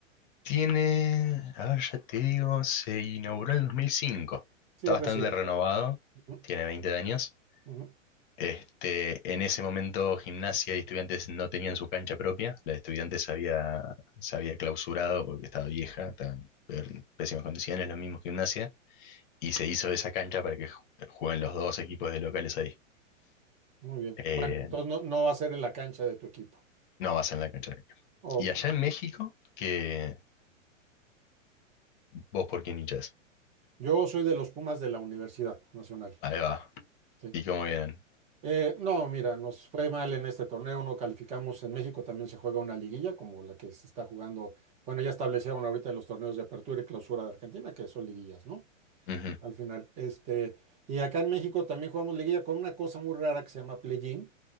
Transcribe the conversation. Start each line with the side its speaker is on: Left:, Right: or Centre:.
Left: Tiene. A ver, ya te digo, se inauguró en el dos mil cinco
Right: Sí,
Left: Está
Right: es
Left: bastante
Right: reciente.
Left: renovado,
Right: Ujú,
Left: tiene 20 años.
Right: ujú.
Left: Este, en ese momento Gimnasia y Estudiantes no tenían su cancha propia, la de Estudiantes se había, se había clausurado porque estaba vieja, estaba en pésimas condiciones, lo mismo Gimnasia, y se hizo esa cancha para que ju- jueguen los dos equipos de locales ahí.
Right: Muy bien.
Left: Eh,
Right: Bueno, entonces no, no va a ser en la cancha de tu equipo.
Left: no vas en la cancha del equipo.
Right: Ok.
Left: Y allá en México, que vos por quién hinchás.
Right: Yo soy de los Pumas de la Universidad Nacional.
Left: Ahí va.
Right: Sí.
Left: ¿Y cómo vienen?
Right: Eh, no, mira, nos fue mal en este torneo, no calificamos. En México también se juega una liguilla como la que se está jugando. Bueno, ya establecieron ahorita en los torneos de apertura y clausura de Argentina, que son liguillas, ¿no?
Left: Ujú,
Right: al final. Este, y acá en México también jugamos liguilla con una cosa muy rara que se llama play-in,